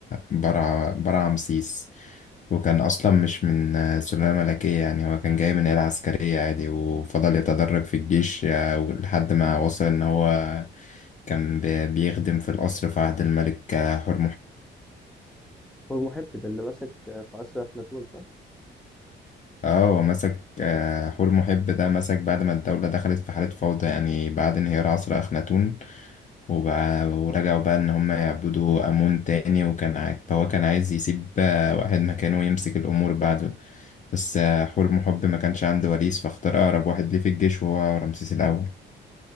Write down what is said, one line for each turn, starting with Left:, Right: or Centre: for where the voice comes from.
Left: برع برع رمسيس وكان أصلا مش من آه، سلالة ملكية يعني هو كان جاي من عيلة عسكرية عادي وفضل يتدرج في الجيش آه، لحد ما وصل إن هو كان بي- بيخدم في القصر في عهد الملك آه، حور
Centre: هو المحب ده اللي مسك في عصر اخناتون صح
Left: اه ومسك آه، حور محب ده مسك بعد ما الدولة دخلت في حالة فوضى يعني بعد انهيار عصر أخناتون وبقى ورجعوا بقى إن هم يعبدوا أمون تاني وكان عاي... فهو كان عايز يسيب آه، واحد مكانه يمسك الأمور بعده بس آه، حور محب ما كانش عنده وريث فاختار أقرب واحد ليه في الجيش وهو رمسيس الأول